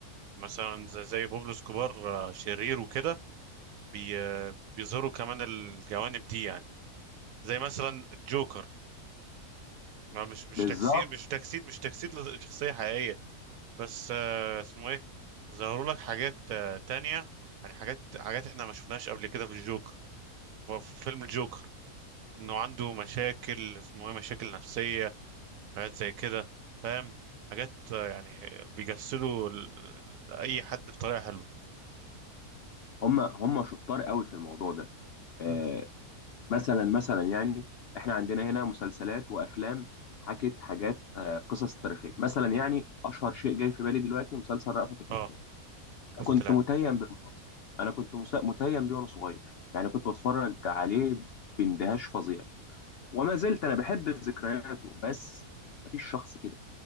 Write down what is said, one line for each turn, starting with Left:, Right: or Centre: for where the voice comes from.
Right: مثلا زي, زي بابلو اسكوبار آه، شرير وكده بي... آه، بيظهروا كمان الجوانب دي يعني زي مثلا جوكر ما مش مش
Left: بالظبط
Right: تجسيد مش تجسيد مش تجسيد لشخصية حقيقية بس آه، اسمه ايه ظهروا لك حاجات آه، تانية يعني حاجات حاجات احنا ما شفناهاش قبل كده في الجوكر في فيلم الجوكر انه عنده مشاكل اسمه ايه مشاكل نفسية حاجات زي كده فاهم حاجات آه، يعني بيجسدوا ال- ال- اي حد بطريقة حلوه
Left: هم هم شطار قوي في الموضوع ده آه،
Right: مم.
Left: مثلا مثلا يعني احنا عندنا هنا مسلسلات وافلام حكت حاجات آه، قصص تاريخيه مثلا يعني اشهر شيء جاي في بالي دلوقتي مسلسل رأفت الهجان
Right: اه رأفت
Left: كنت
Right: الهجان
Left: متيم بالمسلسل انا كنت مست- متيم بيه وانا صغير يعني كنت بتفرج عليه باندهاش فظيع وما زلت انا بحب ذكرياته بس مفيش شخص كده